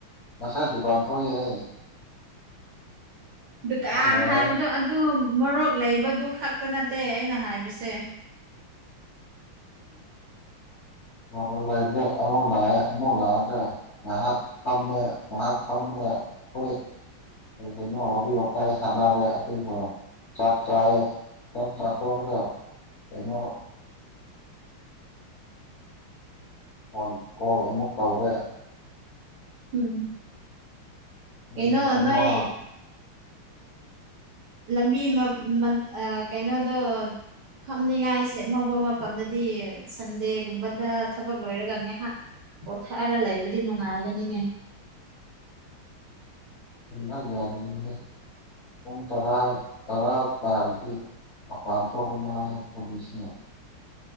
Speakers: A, on the left; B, on the right.
A: ꯉꯁꯥꯏ ꯗꯨꯀꯥꯟ ꯊꯣꯛꯏꯍꯦ
B: ꯗꯨꯀꯥꯟ
A: ꯂꯥꯛꯑꯦ
B: ꯍꯥꯏꯕꯗꯣ ꯑꯗꯨ ꯃꯣꯔꯣꯛ ꯂꯩꯕꯗꯨ ꯈꯛꯇ ꯅꯠꯇꯦ ꯑꯩꯅ ꯍꯥꯏꯕꯁꯦ <inaudible>
A: ꯃꫭꯔꫭꯛ ꯂꯩꯔꯒꯒ ꯑꯃꯨꯛ ꯂꯥꯛꯑꯦ ꯑꯃꯨꯛ ꯂꯥꯛꯑꯒ ꯉꯍꯥꯛ ꯐꯝꯃꯦ ꯉꯍꯥꯛ ꯐꯝꯒ ꯈꯣꯏ ꯀꯔꯤ ꯀꯔꯤꯅꫭ ꯋꯥꯔꯤ ꯋꯥꯇꯥꯏ ꯁꯅꯥꯔꯦ ꯑꯗꯨꯒ ꯆꯥꯛ ꯆꯥꯏꯌꯦ ꯆꯥꯛ ꯆꯥ ꯇꫭꯛꯑꯒ ꯀꯩꯅꯣ ꯐꯣꯟ ꯀꯣꯜ ꯑꯃꯨꯛ ꯇꯧꯔꯦ
B: ꯎꯝ
A: ꯄꯨꯡ
B: ꯀꯩꯅꯣ
A: ꯑꯃ
B: ꯅꫭꯏ ꯂꯝꯕꯤ ꯃ ꯃ ꯑ ꯀꯩꯅꯣꯗꯣ ꯐꯝꯅꯤꯉꯥꯏ ꯁꯦꯝꯍꯧꯕ ꯃꯐꯝꯗꯨꯗꯤ ꯁꯟꯗꯦꯒꯨꯝꯕꯗ ꯊꯕꯛ ꯂꯣꯏꯔꯒ ꯉꯥꯏꯍꯥꯛ ꯄꯣꯊꯥꯔ ꯂꯩꯕꯗꯤ ꯅꯨꯡꯉꯥꯏꯒꯅꯤꯅꯦ
A: ꯅꯪ ꯋꯥꯗꯨꯗꯤꯅꯦ ꯄꯨꯡ ꯇꯔꯥ ꯇꯔꯥ ꯇꯥꯔꯗꯤ ꯃꯄꯥꯟ ꯊꯣꯛꯀꯅꫭ ꯍꯥꯏꯏ ꯄꯨꯂꯤꯁꯅ